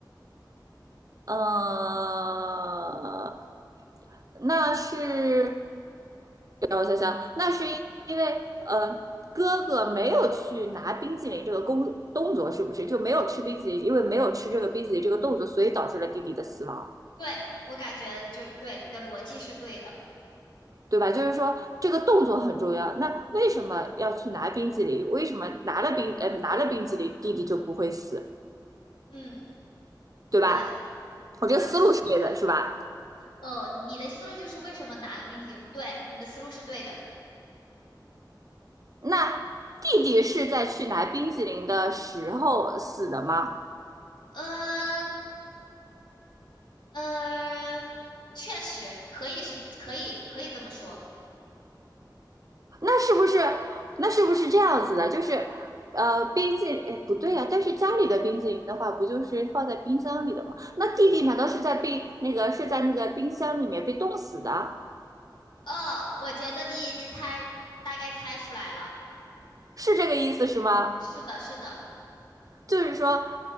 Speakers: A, on the right; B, on the left.
A: 呃，那是让我想想，那是因因为呃，哥哥没有去拿冰淇淋这个工动作，是不是就没有吃冰淇淋？因为没有吃这个冰淇淋这个动作，所以导致了弟弟的死亡。
B: 对，我感觉就对，你的逻辑是对的。
A: 对吧？就是说这个动作很重要。那为什么要去拿冰激凌？为什么拿了冰呃拿了冰激凌，弟弟就不会死，
B: 嗯，
A: 对吧？
B: 对，
A: 我这个思路是对的，
B: 就是
A: 是吧？
B: 呃，你的思路就是为什么拿了冰淇淋？对，你的思路是对的。
A: 那弟弟是在去拿冰激凌的时候死的吗？
B: 呃呃，确实可以是可以可以这么说。
A: 那是不是那是不是这样子的？就是呃冰激凌哎不对啊，但是家里的冰激凌的话，不就是放在冰箱里的吗？那弟弟难道是在被那个是在那个冰箱里面被冻死的？
B: 哦，我觉得你已经猜大概猜出来了。
A: 是这个意思是吗？
B: 是的，是的。
A: 就是说，